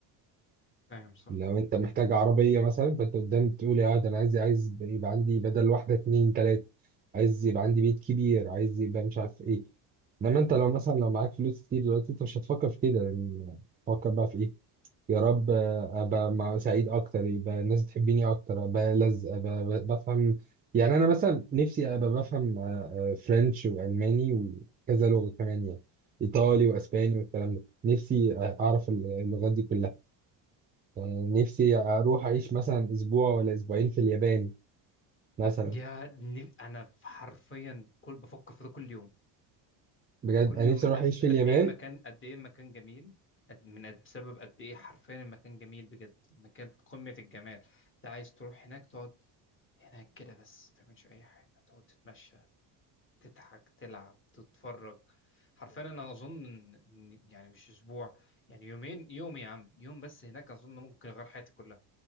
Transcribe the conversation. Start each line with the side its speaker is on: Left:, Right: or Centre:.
Left: فاهم صح
Right: لو انت محتاج عربية مثلا فانت قدام بتقول يا ده انا عايز عايز يبقى عندي بدل واحدة اتنين تلاتة عايز يبقى عندي بيت كبير عايز يبقى مش عارف ايه انما انت لو مثلا لو معاك فلوس كتير دلوقتي انت مش هتفكر في كده لان تفكر بقى في ايه يا رب ابقى مع سعيد اكتر يبقى الناس بتحبني اكتر ابقى لذ ابقى ب- بفهم يعني انا مثلا نفسي ابقى بفهم آه، آه، فرنش والماني وكذا لغه كمان يعني ايطالي
Left: مم.
Right: واسباني والكلام ده نفسي آه، اعرف اللغات دي كلها آه، نفسي اروح اعيش مثلا اسبوع ولا اسبوعين في اليابان مثلا
Left: يا ن- أنا حرفيا كل بفكر في ده كل يوم
Right: بجد
Left: كل
Right: انا
Left: يوم
Right: نفسي
Left: من
Right: اروح
Left: قد
Right: اعيش في
Left: قد
Right: اليابان
Left: ايه المكان قد ايه المكان جميل قد من قد بسبب قد ايه حرفيا المكان جميل بجد المكان قمة الجمال ده عايز تروح هناك تقعد هناك كده بس ما تعملش اي حاجة تقعد تتمشى تضحك تلعب تتفرج حرفيا انا اظن إن- يعني مش اسبوع يعني يومين يوم يا عم يوم بس هناك اظن ممكن يغير حياتي كلها